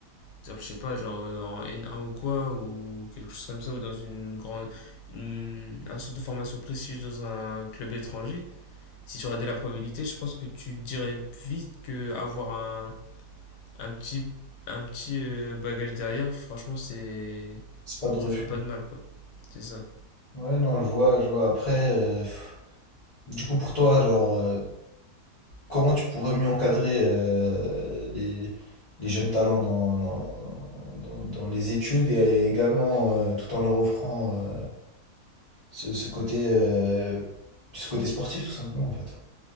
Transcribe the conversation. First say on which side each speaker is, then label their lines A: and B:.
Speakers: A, on the left (about 80°); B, on the left (about 65°).
A: exemple, je sais pas, genre euh, en N1 ou quoi, ou quelque chose comme ça, ou dans une grande, une- un centre de formation prestigieux dans un club étranger, si tu regardais la probabilité, je pense que tu dirais vite que avoir un, un petit, un petit euh, bagage derrière, franchement, c'est,
B: C'est pas de refus.
A: ça ferait pas de mal, quoi. C'est ça.
B: Ouais, non, je vois, je vois. Après, euh, pff, du coup, pour toi, genre, euh, comment tu pourrais mieux encadrer euh, les, les jeunes talents dans, dans, dans- dans les études et également euh, tout en leur offrant. euh, ce, ce côté, euh, ce côté sportif, tout simplement, en fait.